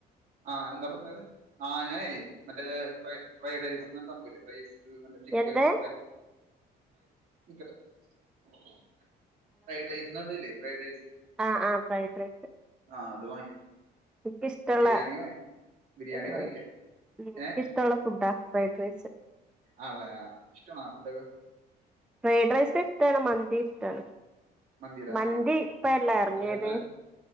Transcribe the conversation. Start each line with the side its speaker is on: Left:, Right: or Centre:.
Right: ആഹ് എന്താ പറഞ്ഞത്? ആഹ് ഞാനേയ് മറ്റേ ഫ ഫ്രൈഡ് റൈസ് പറഞ്ഞ സംഭവല്ലേ റൈസ്. <unintelligible> ചിക്കനും
Centre: എന്ത്
Right: മുട്ടയും ഒക്കെട്ട് <unintelligible> ഫ്രൈഡ് റൈസ്ന്ന് പറഞ്ഞിട്ടില്ലേ ഫ്രൈഡ് റൈസ്.
Centre: ആഹ് ആഹ് ഫ്രൈഡ് റൈസ്.
Right: ആഹ് അത് വാങ്ങി
Centre: ഇക്കിഷ്ടള്ള.
Right: ബിരിയാണി ബിരിയാണി
Centre: ഏഹ്
Right: വാങ്ങിയില്ല
Centre: എനിക്കിഷ്ടള്ള
Right: ഏഹ്
Centre: ഫുഡാ ഫ്രൈഡ് റൈസ്.
Right: ആണല്ലെ? ഇഷ്ടാണോ ഫുഡൊക്കെ?
Centre: ഫ്രൈഡ് റൈസ് ഇഷ്ടാണ് മന്തി ഇഷ്ടാണ്.
Right: മന്തിലേ
Centre: മന്തി
Right: ആഹ്
Centre: ഇപ്പല്ല ഇറങ്ങിയത്
Right: മന്തി അൽ